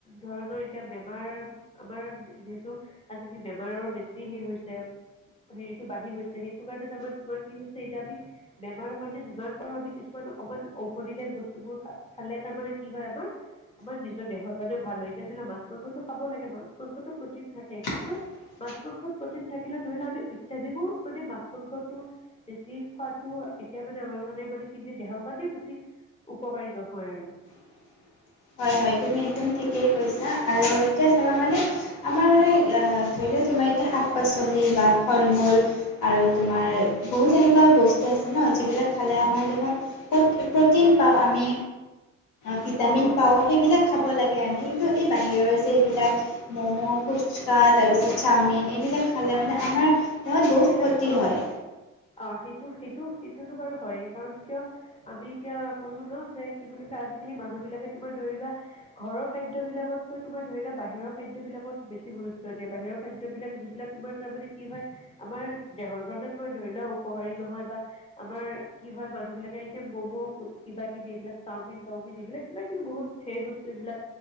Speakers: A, on the left; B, on the left.
A: ধৰণৰ এতিয়া বেমাৰ আমাৰ যিহে টো আজাকালি বেমাৰৰ বেছি হে হৈছে হেৰিটো বাঢ়ি গৈছে সেইটো কাৰণে তাৰমানে তোমাৰ কি হৈছে এতিয়া আমি বেমাৰৰ কাৰণে যিমান পাৰো আমি কিছুমান ত অমান ঔষধি টাইপ বস্তুবোৰ খালে তাৰ মানে কি হয় আমাৰ আমাৰ নিজৰ দেহৰ কাৰণেও ভাল হয় এতিয়া ধৰি ল ' মাছ -মাংসটো খাব লাগে বাৰু মাছ মাংসটো প্ৰটিন থাকে কিন্তু
B: <inaudible>
A: মাছ- মাংসত প্ৰটিন থাকিলে ধৰি লও আমি অত্যাধিকো মানে মাছ- মাংসটো বেছি খোৱাটো এতিয়া মানে আমাৰ মানে -মানে কি যে দেহৰ কাৰণে বেছি উপকাৰী নহয় আৰু
B: <inaudible> হয় -হয় তুমি একদম ঠিকেই কৈছা আৰু এতিয়া চাবা মানে আমাৰ মানে অহ ধৰি এ' তোমাৰ এতিয়া শাক -পাচলি বা ফল -মূল আৰু তোমাৰ বহুত এনেকুৱা বস্তু আছে ন', যিবিলাক খালে আমাৰ দেহত প্ৰটিন পাওঁ আমি ভিটামিন
A: অঁ অঁ
B: পাওঁ সেইবিলাক খাব লাগে আমি কিন্তু এই বাহিৰৰ যে এবিলাক ম'ম, ফুচকা তাৰপিছত চাওমিন এইবিলাক খালে
A: অঁ
B: মানে আমাৰ দেহত
A: সেইবিলাক
B: বহুত ক্ষতি
A: অঁ
B: হয়।
A: অঁ সেইটো সেইটো -সেইটোতো বাৰু হয়য়েই কাৰণ কিয় আমি এতিয়া ক'লো ন' যে কি বুলি কয় আজিকালি মানুহ বিলাক তোমাৰ ধৰি লোৱা ঘৰৰ খাদ্যবিলাকতকৈ তোমাৰ ধৰি লোৱা বাহিৰৰ খাদ্যবিলাকত বেছি গুৰুত্ব দিয়ে বাহিৰৰ খাদ্যবিলাক যিবিলাক তোমাৰ তাৰমানে কি হয় আমাৰ দেহৰ কাৰণে তোমাৰ ধৰি লোৱা উপকাৰী নহয় বা আমাৰ কি হয়, মানুহ বিলাকে এতিয়া ম'ম কিবা -কিবি এইবিলাক চাওমিন -তাওমিন এইবিলাক কিবা -কিবি বহুত ধেৰ বস্তু এইবিলাক